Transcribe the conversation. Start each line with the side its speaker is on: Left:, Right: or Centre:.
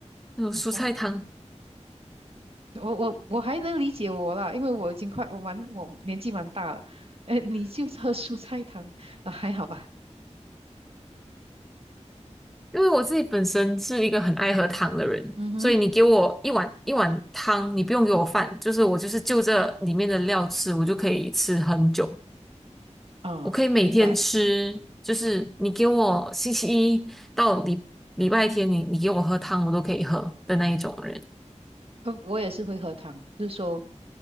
Centre: 那种蔬菜汤，
Right: 哇，我我我还能理解我啦，因为我已经快我蛮我年纪蛮大了，哎，你就喝蔬菜汤啊，还好吧？
Centre: 因为我自己本身是一个很爱喝汤的人，
Right: 嗯哼，
Centre: 所以你给我一碗一碗汤，你不用给我饭，就是我就是就这里面的料吃，我就可以吃很久，
Right: 啊，
Centre: 我可以每天吃，
Right: 明白。
Centre: 就是你给我星期一到礼礼拜天你，你给我喝汤，我都可以喝的那一种人。
Right: 呃，我也是会喝汤，就是说